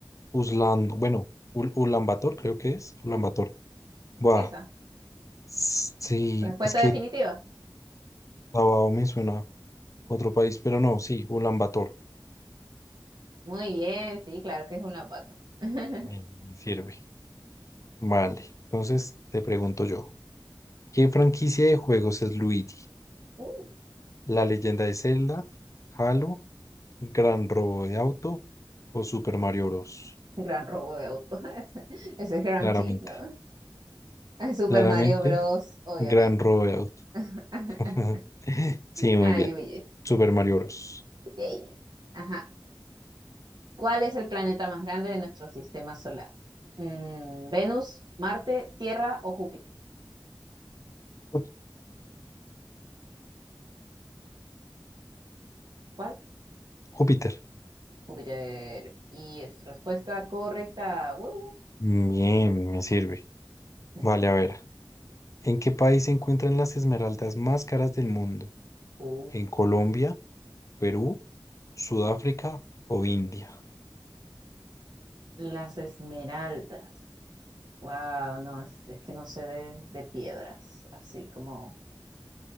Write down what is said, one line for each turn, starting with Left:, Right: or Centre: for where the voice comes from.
Left: Uslan, bueno, Ul Ulaanbaatar creo que es, Ulaanbaatar. Buah,
Right: esa.
Left: s- sí,
Right: Respuesta
Left: es que
Right: definitiva.
Left: Davao me suena a otro país, pero no, sí, Ulaanbaatar
Right: Muy bien, sí, claro que es Ulaanbaatar. <laughs>
Left: me, me sirve. Vale, entonces te pregunto yo, ¿qué franquicia de juegos es Luigi?
Right: Ujú.
Left: ¿La leyenda de Zelda, Halo, Gran Robo de Auto o Super Mario Bros?
Right: Gran robo de auto. <laughs> Ese, ese es Grand
Left: Claramente,
Right: Theft, ¿no? <laughs> Super
Left: claramente,
Right: Mario Bros, obviamente.
Left: Gran Robo de Auto.
Right: <laughs>
Left: Ajá. Sí, muy
Right: Ay,
Left: bien.
Right: Luigi.
Left: Super Mario Bros.
Right: Yay. Ajá. ¿Cuál es el planeta más grande de nuestro sistema solar? Mm, Venus, Marte, Tierra o Júpiter.
Left: Jú-
Right: ¿Cuál?
Left: Júpiter.
Right: Júpiter. Y es respuesta correcta. ¡Woo!
Left: Bien, me sirve.
Right: Es
Left: Vale, a ver. ¿En qué país se encuentran las esmeraldas más caras del mundo?
Right: U.
Left: ¿En Colombia, Perú, Sudáfrica o India?
Right: Las esmeraldas. Wow, no, es, es que no sé de, de piedras, así como...